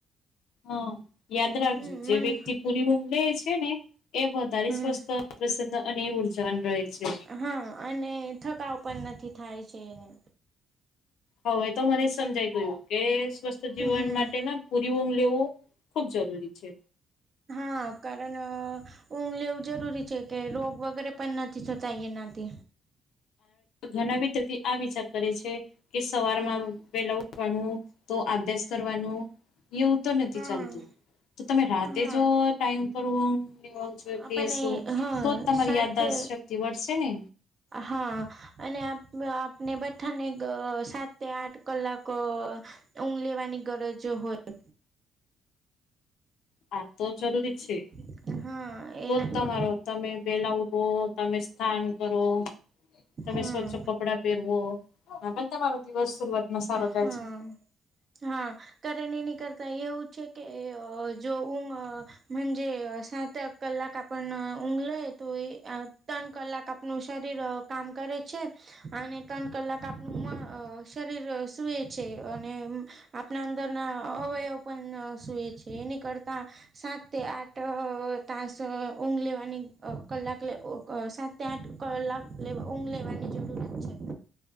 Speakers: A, on the left; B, on the right.
A: હા યાદ
B: હમ
A: રાખજો જે
B: મન
A: વ્યક્તિ પુરી ઊંઘ લે છે એ વધારે
B: હમ
A: સ્વસ્થ પ્રસન અને ઉર્જાન રહે છે.
B: હા અને થકાવ પણ નથી થાય છે એને.
A: હવે એ તો મને જ સમજાઈ ગયું કે સ્વસ્થ જીવન
B: હમ
A: માટે ના પુરી ઊંઘ લેવો ખૂબ જરૂરી છે.
B: હા કારણ ઊંઘ લેવું જરૂરી છે કે રોગ વગેરે પણ નથી થતા એનાતે.
A: ઘણા <unintelligible> આ વિચાર કરે છે કે સવારમાં પેલા ભણવું તો અભ્યાસ કરવાનું એવું તો નથી
B: હા
A: ચાલતું તો તમે રાતે
B: હા
A: જો ટાઈમ પર ઊંઘ જોઈ
B: આપણને
A: લેસું
B: હા
A: તો જ તમારી
B: સાથે
A: યાદશક્તિ વધશે ને
B: હા અને આપને બધાને સાત આઠ કલાક ઊંઘ લેવાની ગરજ હોય
A: હા તો જરૂરી છે
B: હોય હા એના
A: તો જ તમારો તમે પેલા ઉઠવો તમે સ્થાન કરો તમે
B: હા
A: સ્વચ્છ કપડા પેરવો હા પણ તમારો દિવસ શરૂઆતમાં સારો
B: હા
A: જાય છે
B: હા કર એની કરતા એવું છે કે જો ઊંઘ જે સાત આઠ કલાક આપન ઊંઘ લેય તો ત્રણ કલાક આપ નુ શરીર કામ કરે છે અને ત્રણ કલાક
A: <unintelligible>
B: અ શરીર સુએ છે અને આપણા અંદરના અવયવ પણ સૂએ છે એની કરતાં સાત તે આઠ તાસ ઊંઘ લેવાની કલાક લે સાત કે આઠ કલાક લેવા ઊંઘ લેવાની જરૂરત છે